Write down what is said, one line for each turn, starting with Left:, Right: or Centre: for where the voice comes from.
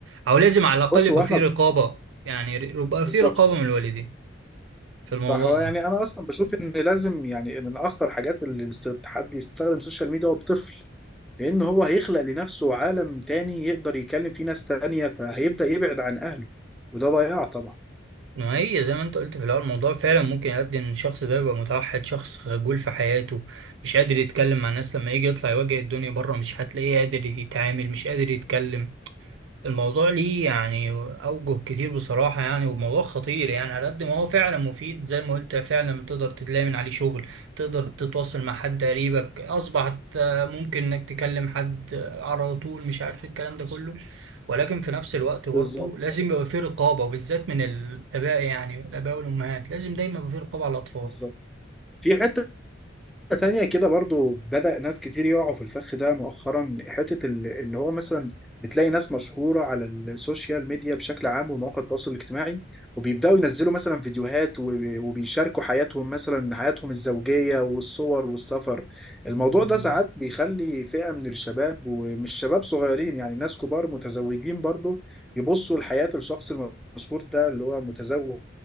Right: او لازم على الاقل
Centre: بص
Right: يبقى
Centre: هو احنا
Right: فيه رقابه يعني يبقى
Centre: بالظبط
Right: فيه رقابه من الوالدين في
Centre: صح
Right: الموضوع
Centre: هو
Right: ده
Centre: يعني انا اصلا بشوف ان لازم يعني من اخطر حاجات اللي الس- الحد يستخدم السوشيال ميديا هو بطفل لان هو هيخلق لنفسه عالم تاني يقدر يكلم فيه ناس تانية فهيبدأ يبعد عن اهله وده ضياع طبعا
Right: ما هي زي ما انت قلت في الاول الموضوع فعلا ممكن يؤدي ان الشخص ده يبقى متوحد شخص خجول في حياته مش قادر يتكلم مع الناس لما يجي يطلع يواجه الدنيا بره مش هتلاقيه قادر يتعامل مش قادر يتكلم الموضوع ليه يعني أوجه كتير بصراحة يعني وموضوع خطير يعني على قد ما هو فعلا مفيد زي ما قلت فعلا تقدر تلاقي من عليه شغل تقدر تتواصل مع حد قريبك أصبحت آه، ممكن إنك تكلم حد آه، على طول مش عارف إيه الكلام ده كله ولكن في نفس الوقت برضه
Centre: بالظبط
Right: لازم يبقى فيه رقابة وبالذات من الآباء يعني الآباء والأمهات لازم دايما يبقى فيه رقابة على الأطفال
Centre: بالظبط في حتة تانية كده برضو بدأ ناس كتير يقعوا في الفخ ده مؤخرا حتة ال- اللي هو مثلا بتلاقي ناس مشهورة على السوشيال ميديا بشكل عام ومواقع التواصل الاجتماعي وبيبدأوا ينزلوا مثلا فيديوهات و- وبيشاركوا حياتهم مثلا حياتهم الزوجية والصور والسفر الموضوع
Right: مم.
Centre: ده ساعات بيخلي فئة من الشباب ومش شباب صغيرين يعني ناس كبار متزوجين برضو يبصوا لحياة الشخص المشهور ده اللي هو متزوج